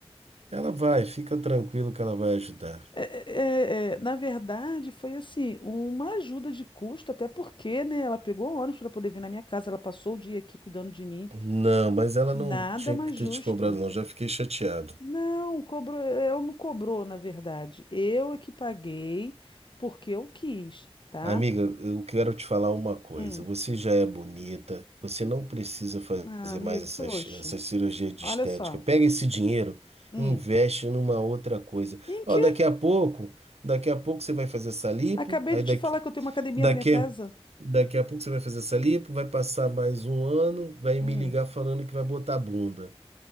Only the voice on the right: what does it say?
Ela vai, fica tranquilo que ela vai ajudar.
Não, mas ela
não tinha
que ter
te cobrado, não. Já fiquei chateado.
Amiga, eu quero te falar uma coisa.
Você já é bonita, você não precisa fazer
mais essas,
essas cirurgias de
estética.
Pega esse dinheiro
e investe numa outra coisa.
Ó,
daqui a pouco, daqui a pouco você vai fazer essa lipo,
aí
daqui,
daqui,
daqui a pouco você vai fazer essa lipo, vai passar mais um ano, vai
me ligar falando que vai botar bunda.